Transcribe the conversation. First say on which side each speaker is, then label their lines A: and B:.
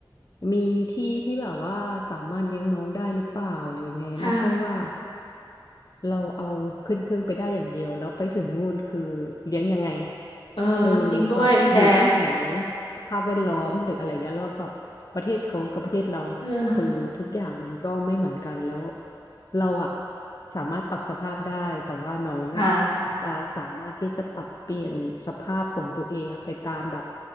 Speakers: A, on the left; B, on the left.
A: มีที่ที่แบบว่าสามารถเลี้ยงน้องได้หรือเปล่าหรือยังไงไม่ใช่ว่า
B: ค่ะ
A: เราเอาขึ้นเครื่องไปได้อย่างเดียวแล้วไปถึงนู่นคือเลี้ยงยังไง
B: เออจริงด้วยพี่แต่
A: เออแบบอยู่ที่ไหนสภาพแวดล้อมหรืออะไรเงี้ยแล้วแบบประเทศเขากับประเทศเราคือทุกอย่างมันก็ไม่เหมือนกันแล้ว
B: เออ
A: เราอะสามารถปรับสภาพได้แต่ว่าน้องอะ
B: ค่ะ
A: จะสามารถที่จะปรับเปลี่ยนสภาพของตัวเองอะไปตามแบบ